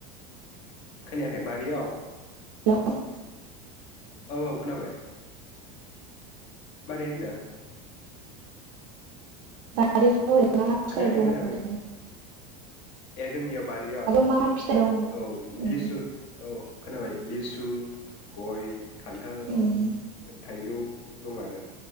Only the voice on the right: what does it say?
हेलौ
<unintelligible>
मा मा फिथाइ दं होनदों उम
उम